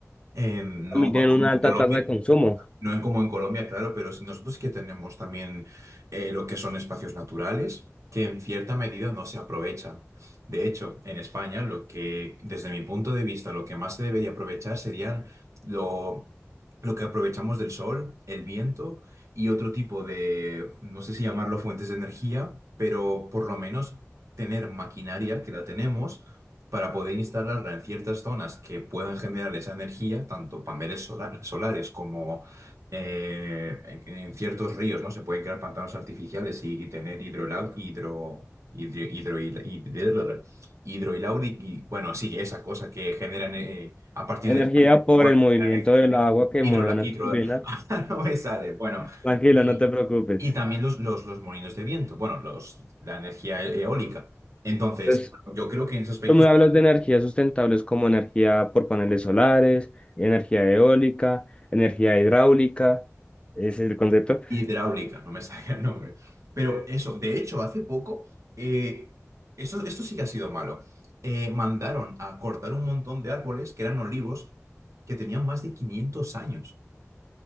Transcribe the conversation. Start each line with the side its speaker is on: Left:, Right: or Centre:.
Right: eh, no
Left: También
Right: como
Left: tienen una alta
Right: Colombia,
Left: tasa de consumo.
Right: No en como en Colombia, claro, pero sí- nosotros sí que tenemos también eh, lo que son espacios naturales que en cierta medida no se aprovechan. De hecho, en España, lo que, desde mi punto de vista, lo que más se debería aprovechar serían lo, lo que aprovechamos del sol, el viento y otro tipo de, no sé si llamarlo fuentes de energía, pero por lo menos tener maquinaria que la tenemos para poder instalarla en ciertas zonas que puedan generar esa energía, tanto paneles sola- solares como eh, en, en ciertos ríos, ¿no? Se pueden crear pantanos artificiales y tener hidrolau- hidro, hidro, hidro, hidro- hidroilau- y, bueno, sí, esa cosa que generan eh, a partir
Left: Energía
Right: del agua,
Left: por el movimiento
Right: generan electricidad.
Left: del agua que
Right: Hidrola-
Left: mueve una
Right: hidro,
Left: turbina
Right: <laughs> no me sale. Bueno,
Left: Tranquilo,
Right: y,
Left: no te preocupes.
Right: y también los, los, los molinos de viento, bueno, los, la energía e- eólica. Entonces,
Left: Entonces,
Right: yo creo que en esos aspectos
Left: Tú me hablas de energías sustentables como energía por paneles solares, energía eólica, energía hidráulica, ese es el concepto.
Right: Hidráulica, no me <laughs> sale el nombre. Pero eso, de hecho, hace poco, eh, eso, esto sí que ha sido malo. Eh, mandaron a cortar un montón de árboles que eran olivos que tenían más de 500 años.